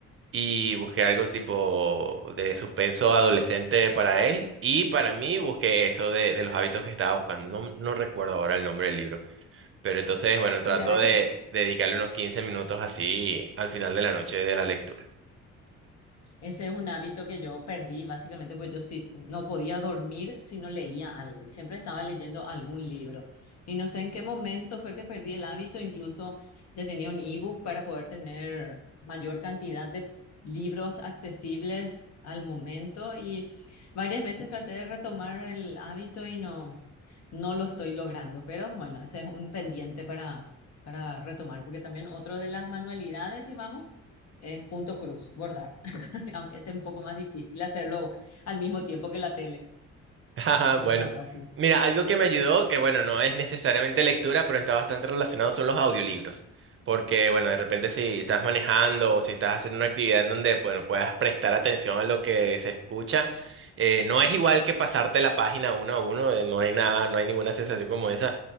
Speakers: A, on the right; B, on the left.
A: y busqué algo tipo de suspenso adolescente para él y para mí busqué eso de, de los hábitos que estaba buscando. No, no recuerdo ahora el nombre del libro, pero entonces, bueno, trato
B: sí, la verdad
A: de
B: que
A: dedicarle unos 15 minutos así al final de la noche de la lectura.
B: Ese es un hábito que yo perdí, básicamente, porque yo sí no podía dormir si no leía algo y siempre estaba leyendo algún libro. Y no sé en qué momento fue que perdí el hábito, incluso ya tenía un ebook para poder tener mayor cantidad de libros accesibles al momento y varias veces traté de retomar el hábito y no, no lo estoy logrando, pero bueno, ese es un pendiente para, para retomar, porque también otro de las manualidades, si vamos, es punto cruz, bordar. <laughs> aunque es un poco más difícil hacerlo al mismo tiempo que la tele.
A: <laughs> Ajá,
B: No
A: Bueno,
B: es tan fácil.
A: mira, algo que me ayudó, que bueno, no es necesariamente lectura, pero está bastante relacionado, son los audiolibros. Porque, bueno, de repente si estás manejando o si estás haciendo una actividad en donde, bueno, puedas prestar atención a lo que se escucha, eh, no es igual que pasarte la página uno a uno, eh, no hay nada, no hay ninguna sensación como esa.